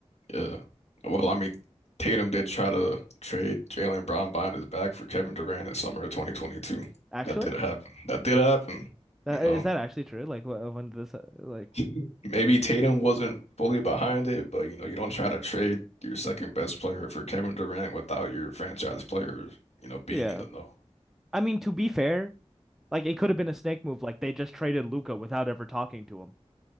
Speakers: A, on the left; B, in the centre.
A: Yeah. Well, I mean, Tatum did try to trade Jaylen Brown behind his back for Kevin Durant in summer of 2022.
B: Actually,
A: That did happen. That did happen.
B: that,
A: You know,
B: is that actually true? Like wh- when this, uh, like
A: <laughs> maybe Tatum wasn't fully behind it, but you know, you don't try to trade your second best player for Kevin Durant without your franchise player, you know, being
B: yeah.
A: in the know.
B: I mean, to be fair, like it could have been a snake move. Like they just traded Luca without ever talking to him.